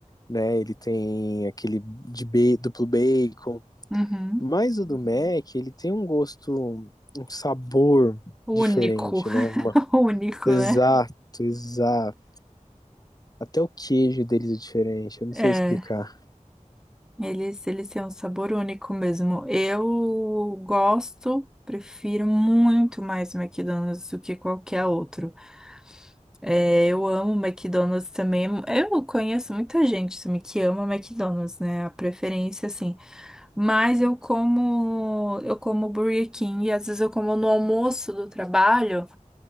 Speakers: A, on the left; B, in the centre.
A: né? Ele tem aquele de ba- duplo bacon.
B: uhum.
A: Mas o do Mac, ele tem um gosto, um sabor
B: Único,
A: diferente,
B: <laughs>
A: né? Uma-
B: único,
A: Exato,
B: né?
A: exato. Até o queijo deles é diferente. Eu não
B: É.
A: sei explicar.
B: Eles, eles têm um sabor único mesmo. Eu gosto, prefiro muito mais McDonald's do que qualquer outro. É, eu amo McDonald's também. Eu conheço muita gente também que ama McDonald's, né? A preferência, assim. Mas eu como, eu como Burger King e às vezes eu como no almoço do trabalho,